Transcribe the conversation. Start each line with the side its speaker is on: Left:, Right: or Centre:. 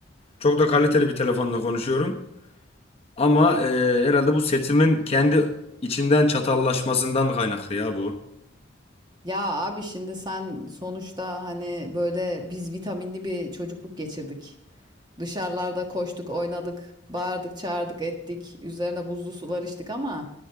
Left: çok da kaliteli bir telefonla konuşuyorum. Ama e, herhalde bu sesimin kendi içinden çatallaşmasından kaynaklı ya bu.
Right: Ya abi şimdi sen sonuçta hani böyle biz vitaminli bir çocukluk geçirdik. Dışarılarda koştuk, oynadık, bağırdık, çağırdık, ettik. Üzerine buzlu sular içtik ama